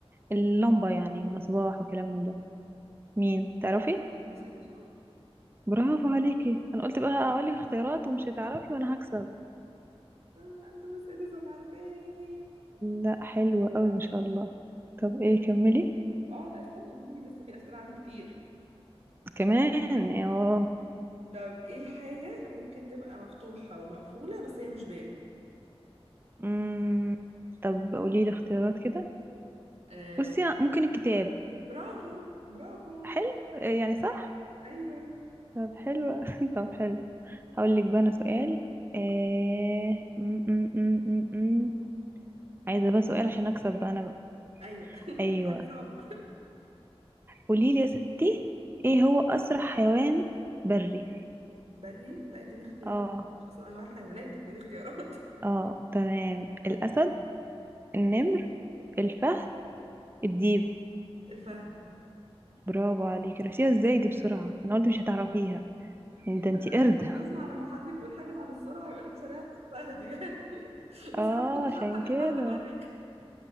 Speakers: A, on the right (about 20°); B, on the right (about 85°).
A: اللمبة يعني المصباح وكلام من ده مين تعرفي
B: توماس اديسون
A: برافو عليكي انا قلت بقى هقولك اختيارات ومش هتعرفي وانا هكسب
B: آه، لا توماس اديسون عارفاه
A: لا حلو قوي ما شاء الله طب
B: طيب.
A: ايه كملي
B: يبقى اه لا استني في لسه في اسئله عندي كتير
A: كمان اه
B: طب ايه الحاجه اللي ممكن تبقى مفتوحه ومقفوله بس هي مش باب
A: أمم، طب قولي لي اختيارات كده
B: آه
A: بصي ممكن الكتاب
B: برافو برافو
A: حلو آه، يعني صح
B: ايوه
A: طب حلو <laughs> طب حلو هقول لك بقى انا سؤال آه... م -م -م -م -م. عايزه بقى سؤال عشان اكسب بقى انا بقى.
B: ايوه <laughs>
A: ايوه
B: دي حاجه صعبه
A: قولي لي يا ستي ايه هو اسرع حيوان بري
B: بري لا اديني اختيارات
A: اه
B: مش اصلا انواع الحيوانات اديني اختيارات
A: اه تمام الاسد النمر الفهد الديب
B: <laughs> الفهد
A: برافو عليكي عرفتيها ازاي دي بسرعه انا قلت مش هتعرفيها يعني
B: لا
A: ده انتي قرد
B: دايما بسمع لما حد بيقول حاجة عن السرعة يقولك سريعة زي الفهد يعني <laughs> بس
A: اه
B: أنا ما كنتش
A: عشان
B: عارفة إن
A: كده
B: الفهد بري